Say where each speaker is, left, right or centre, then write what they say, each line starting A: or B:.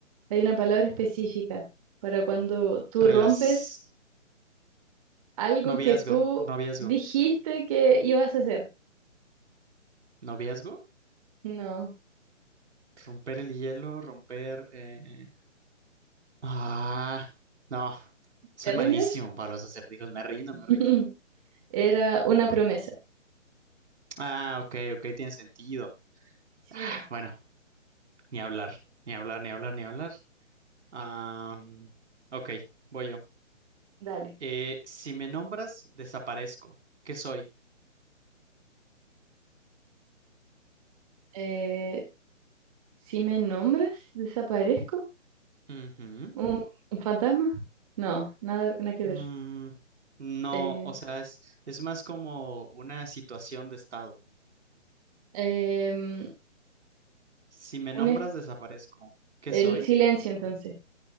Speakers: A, on the right; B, on the right.
A: Hay una palabra específica para cuando tú
B: relas...
A: rompes algo
B: noviazgo,
A: que tú
B: noviazgo,
A: dijiste que ibas a hacer.
B: noviazgo,
A: No,
B: romper el hielo, romper... eh, Ah, no, soy
A: ¿te
B: malísimo
A: rindes?
B: para los acertijos, me rindo,
A: <laughs>
B: me rindo.
A: Era una promesa.
B: Ah, ok, ok, tiene sentido.
A: Sí,
B: Ah, Bueno, ni hablar, ni hablar, ni hablar, ni hablar. Am, ok, voy yo.
A: dale.
B: Eh, si me nombras, desaparezco. ¿Qué soy?
A: Eh, si me nombras, desaparezco.
B: Ujú.
A: ¿Un, un fantasma? No, nada, nada que
B: Mm,
A: ver.
B: no,
A: Eh,
B: o sea, es, es más como una situación de estado.
A: em,
B: Si me nombras,
A: un es-
B: desaparezco. ¿Qué
A: el
B: soy?
A: silencio, entonces.